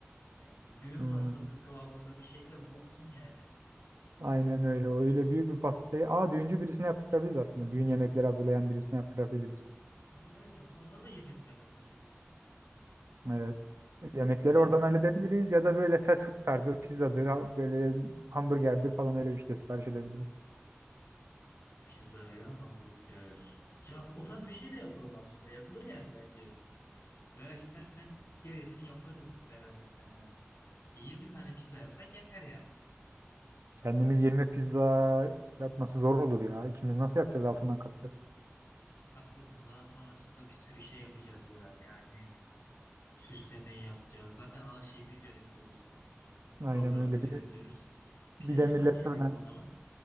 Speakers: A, on the left; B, on the right.
A: Yani bir düğün
B: Hmm.
A: pastası kıvamında bir şey de mi olsun yani?
B: Aynen öyle. Öyle büyük bir pastayı. Aa düğüncü birisine yaptırabiliriz aslında. Düğün yemekleri hazırlayan birisine yaptırabiliriz.
A: Aa, evet aslında oradan da yemek ayarlatabiliriz.
B: Evet. Yemekleri
A: E,
B: oradan halledebiliriz ya da böyle fast food tarzı pizzadır, ha- böyle hamburgerdir falan öyle bir şey de sipariş edebiliriz.
A: Pizza ya hamburger. Ya o tarz bir şey de yapalım aslında. Yapılır yani bence. Veya istersen gelirsin yaparız beraber senden. Bir 20 tane pizza yapsak yeter yani.
B: Kendimiz yirmi pizza yapması zor olur ya. İkimiz nasıl yapacağız altından kalkacağız.
A: Haklısın daha sonrasında bir sürü şey yapacağız ya. Yani süslemeyi yapacağız. Zaten ana şeyi biz yönetiyoruz.
B: Aynen
A: Programı
B: öyle.
A: biz
B: Bir
A: yönetiyoruz.
B: de,
A: Pizza
B: bir de
A: sipariş
B: millet
A: edelim
B: sonra.
A: o zaman.